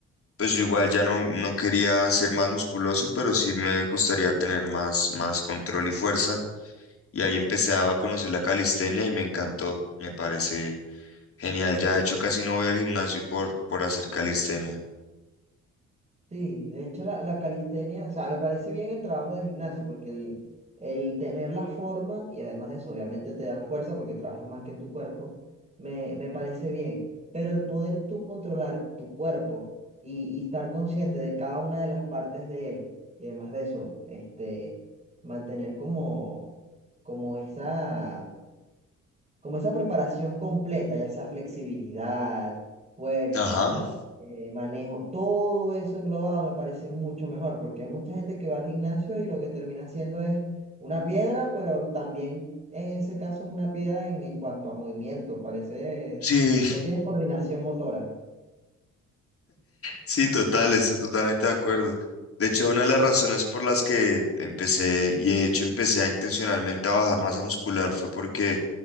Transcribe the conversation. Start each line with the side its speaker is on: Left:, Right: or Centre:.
Left: pues yo igual ya no, no quería ser más musculoso, pero sí me gustaría tener más, más control y fuerza. Y ahí empecé a conocer la calistenia y me encantó, me parece genial. Ya de hecho casi no voy al gimnasio por, por hacer calistenia.
Right: Sí, de hecho la, la calistenia, o sea, me parece bien el trabajo de gimnasio porque el, el tener la forma y además de eso obviamente te da fuerza porque trabajas más que tu cuerpo, me, me parece bien, pero el poder tú controlar tu cuerpo y, y estar consciente de cada una de las partes de él y además de eso, este, mantener como, como esa como esa preparación completa, ya sea flexibilidad, fuerza,
Left: Ajá.
Right: eh, manejo, todo eso englobado me parece mucho mejor, porque hay mucha gente que va al gimnasio y lo que termina haciendo es una piedra, pero también en ese caso es una piedra en, en cuanto a movimiento, parece,
Left: Sí,
Right: no tiene coordinación motora.
Left: Sí, total, estoy totalmente de acuerdo. De hecho, una de las razones por las que empecé, y de hecho empecé a intencionalmente a bajar masa muscular, fue porque